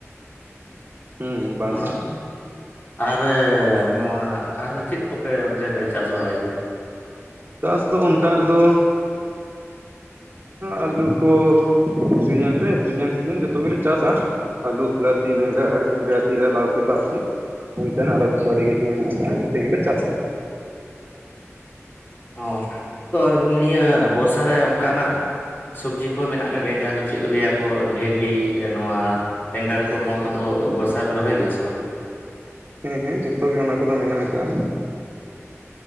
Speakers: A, on the right; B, on the left.
A: ᱦᱩᱸ
B: <unintelligible>
A: ᱵᱟᱝ
B: ᱟᱨ ᱱᱚᱣᱟ ᱟᱨ ᱪᱮᱫ ᱠᱚᱯᱮ ᱚᱱᱛᱮ ᱯᱮ ᱪᱟᱥ ᱵᱟᱲᱟᱭ ᱜᱮᱭᱟ?
A: ᱪᱟᱥ ᱫᱚ ᱚᱱᱠᱟᱱᱟᱜ ᱫᱚ ᱟᱹᱞᱩ ᱠᱚ ᱥᱤᱡᱤᱱ ᱨᱮ ᱥᱤᱡᱤᱱ ᱥᱤᱡᱤᱱ ᱡᱚᱛᱚ ᱜᱮᱞᱮ ᱪᱟᱥᱟ᱾ ᱟᱹᱞᱩ ᱵᱤᱞᱟᱛᱤ ᱵᱮᱸᱜᱟᱲ ᱠᱤᱨᱟ ᱛᱤᱨᱟ ᱞᱟᱣᱠᱤ ᱛᱟᱣᱠᱤ ᱮᱱᱛᱮᱱ ᱟᱨᱚ ᱠᱤᱪᱷᱩ ᱟᱹᱰᱤ ᱠᱤᱪᱷᱩ ᱢᱮᱱᱟᱜ ᱟᱠᱟᱫᱟ ᱡᱚᱛᱚ ᱜᱮᱞᱮ ᱪᱟᱥᱟ᱾
B: ᱦᱚᱸ ᱛᱚ ᱱᱤᱭᱟᱹ ᱵᱚᱨᱥᱟ ᱨᱮ ᱚᱝᱠᱟᱱᱟᱜ ᱥᱚᱵᱽᱡᱤ ᱠᱚ ᱢᱮᱱᱟᱜ ᱠᱟᱜ ᱜᱮᱭᱟ ᱡᱟᱦᱟᱸ ᱫᱚ ᱪᱮᱫ ᱞᱟᱹᱭᱟᱠᱚ ᱵᱷᱮᱱᱰᱤ ᱱᱚᱣᱟ ᱵᱮᱸᱜᱟᱲ ᱠᱚ ᱱᱚᱣᱟ ᱠᱚᱫᱚ ᱵᱚᱨᱥᱟ ᱨᱮᱯᱮ ᱨᱚᱦᱚᱭ ᱜᱮᱭᱟ ᱥᱮ ᱵᱟᱝ?
A: ᱦᱮᱸ ᱦᱮᱸ ᱡᱚᱛᱚ ᱜᱮ ᱚᱱᱟ ᱠᱚᱫᱚ ᱢᱮᱱᱟᱜ ᱟᱠᱟᱜ-ᱟ᱾